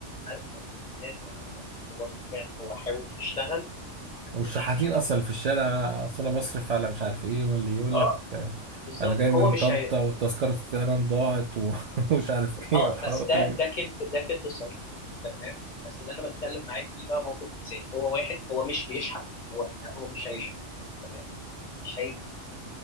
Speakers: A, on the left; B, on the right.
A: ايوه ماذا لو بقى هو بالفعل هو حاول يشتغل ما قدرش
B: والشحاتين
A: يشتغل
B: اصلا اللي في الشارع اصل انا بصرف على مش عارف ايه واللي يقول
A: اه
B: لك آه،
A: بالظبط
B: انا جاي
A: هو
B: من
A: مش
B: طنطا
A: هي
B: وتذكره الطيران ضاعت و- <laughs> ومش عارف ايه
A: اه
B: والحوارات
A: بس ده
B: اللي
A: ده
B: بي...
A: كذب ده كذب صريح تمام بس اللي انا بتكلم معاك فيه بقى موقف انساني هو واحد هو مش بيشحت هو هو مش هيشحت تمام مش هيكذب